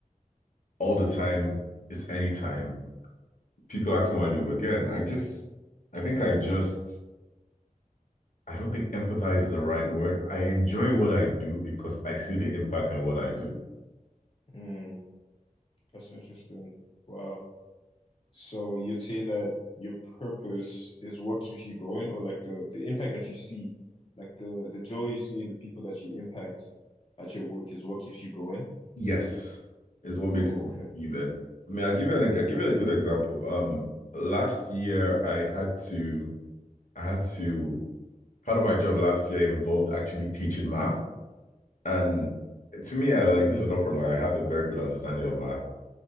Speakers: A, on the left; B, on the left.
A: all the time it's any time People ask me what I do, but again, I just I think I just I don't think empathize is the right word. I enjoy what I do because I see the impact in what I do.
B: Mm, that's interesting. Wow. So you'd say that your purpose is what keeps you going, or like the the impact that you see, like the the joy you see in the people that you impact at your work is what keeps you going.
A: Yes, is what makes
B: Oh, okay.
A: you there. I mean, I'll give you an I'll give you a good example. Um, last year I had to I had to part of my job last year involved actually teaching math. And to me, I like this is no problem. I have a very good understanding of math.